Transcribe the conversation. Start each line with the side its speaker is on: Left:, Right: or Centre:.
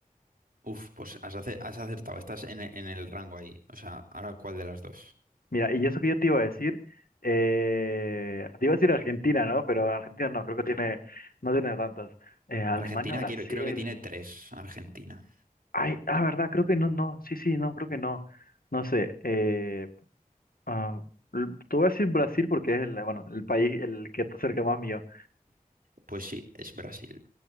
Right: Uf, pues has, ace- has acertado. Estás en, e- en el rango ahí. O sea, ahora cuál de las dos.
Left: Mira, y eso que yo te iba a decir, eh, te iba a decir Argentina, ¿no? Pero Argentina no, creo que tiene, no tiene tantas. Eh, Alemania,
Right: Argentina,
Left: Brasil.
Right: quiero- creo que tiene tres. Argentina.
Left: Ay, ah, verdad, creo que no, no, sí, sí, no, creo que no. No sé, eh, ah, l- te voy a decir Brasil porque es el, bueno, el país el que está cerca más mío.
Right: Pues sí, es Brasil.